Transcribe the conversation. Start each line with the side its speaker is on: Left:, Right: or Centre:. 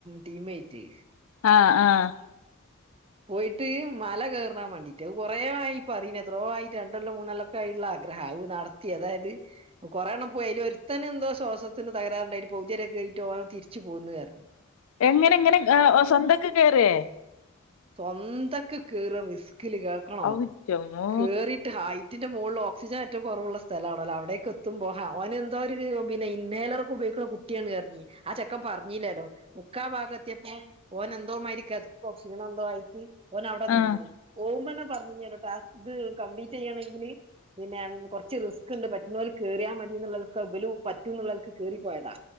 Right: ടീമേറ്റ്
Left: ആഹ് ആഹ്
Right: പോയിട്ട് മല കേറാൻ വാണ്ടീട്ട് അത് കൊറെ ആയി പറിണ് എത്രോ ആയി രണ്ടെല്ലം മൂന്നെല്ലം കായ്ള്ളെ ആഗ്രഹാ അത് നടത്തി അതായത് കൊറെ എണ്ണം പോയ് അയ്ല് ഒരുത്തന് എന്തോ ശ്വാസത്തിന് തകരാറ് ഇണ്ടായ്ട്ട് പൗതി വരൊക്കെ ആയിട്ട് ഓൻ തിരിച്ച് പോന്ന് അർഞ്
Left: എങ്ങനെ എങ്ങനെ സ്വന്തക്ക് കേറെ
Right: സ്വന്തക്ക് കേറ റിസ്കില് കേൾക്കണോ
Left: ഔ ന്റമ്മോ
Right: കേറിട്ട് ഹായ് കുറ്റിന്റെ മോളില് ഓക്സിജന് ഏറ്റം കൊറവ്ള്ളെ സ്ഥലാണൊലോ അവിടേക്ക് എത്തുമ്പോ ഓന് എന്തോ ഒര് പിന്നെ ഇൻഹേലറൊക്കെ ഉപയോഗിക്കുന്ന കുട്ട ട്ട്യാണ് അർഞ് ആഹ് ചെക്കൻ പർഞ്ഞിലെല്ലോ മുക്കാ ഭാഗം എത്തിയപ്പോ ഓന് എന്തോ മാതിരി കെതപ്പോ, ക്ഷീണൊ എന്തോ ആയി ഓന് ഔടെ നിന്ന്
Left: ആഹ്
Right: പോവുമ്പോ തന്നെ പർഞ്ഞിനോലെ ടാസ്ക് കംപ്ലീറ്റ് ചെയ്യണെങ്കില് പിന്നെ കൊറച്ച് റിസ്ക്ണ്ട് പറ്റ്ണോല് കേറിയാമതി എന്ന്ള്ളൽക്കെഇബല് പറ്റുന്നുള്ളൾക്ക് കേറിപ്പോയതാ.